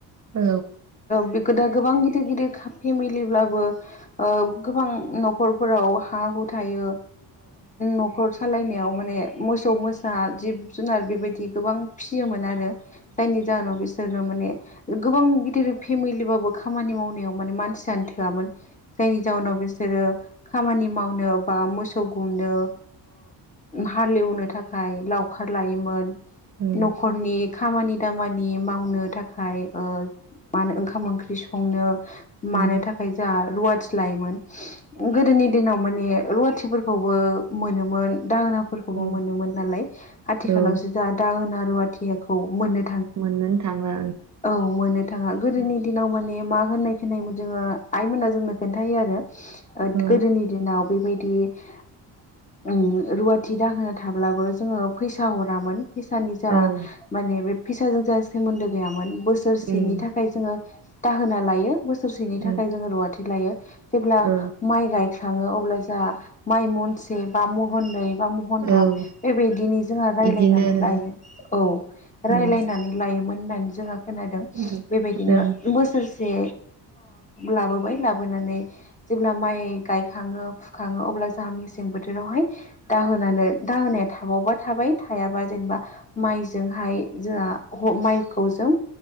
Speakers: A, on the right; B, on the left.
A: औ
B: बे गो दा गोबां गिदिर गिदिर फेमिलिब्लाबो गोबां न'खरफोराव हा हु थायो न'खर खालायनायाव माने मोसौ मोसा जिब जुनार बेबायदि गोबां फिसियोमोन आरो जायनि जाहोनाव बिसोर नो माने गोबां गिदिर फेमिलि बाबो खामानि मावनायाव माने मानसियानो थोआमोन जायनि जाउनाव बिसोरो खामानि मावनो बा मोसौ गुमनो हालेवनो थाखाय लाव खार लायोमोन
A: औ
B: न'खनि खामानि दामानि मावनो थाखाय ओ ओंखाम ओंख्रि संनो
A: उम
B: मानो थाखाय जा रुवाथि लायोमोन गोदोनि दिनाव माने रुवाथिफोरखौबो मोनोमोन दाहोना
A: औ
B: मोनोमोन नालाय आथिखालावसो
A: औ
B: जा दाहोना रुवाथि मोन
A: मोननोनो थांला
B: औ मोन थाङा गोदोनि
A: ओं
B: दिनाव मा होननाय खनायोमोन जोङो आइमोना जोंनो खोन्थायायो आरो
A: औ
B: गोदोनि दिनाव बेबायदि बिदि रुवाथि दाहोना थाब्लाबो जोङो फैसा हरामोन फैसानि जा
A: औ
B: माने बे फैसाजों जा सोमोन्दो गैयामोन बोसोरसेनि
A: उम
B: थाखाय जोङो दाहोना लायो बोसोरसेनि
A: औ
B: थाखाय जोङो रुवाथि लायो जेब्ला
A: औ
B: माइ गाय थङो अब्ला जा माइ महनसे बा महननै बा महनथाम
A: औ
B: बेबायदिनो जोङो राय्लायनानै
A: इदिनोनो
B: लायो औ
A: उम
B: रायलायनानै लायोमोन होननानै जोंहा खोनादों
A: उम
B: बेबायदिनो बोसोरसे लाबोबाय लाबो लाबोनानै जेब्ला माइ गाखाङो फुखाङो अब्ला जोंहा मेसें बोथोरावहाय दाहोनानो दाहोनाया थाबावबा थाबाय हायाबा जेनेबा माइजोंहाय जोंहा माइखौ जों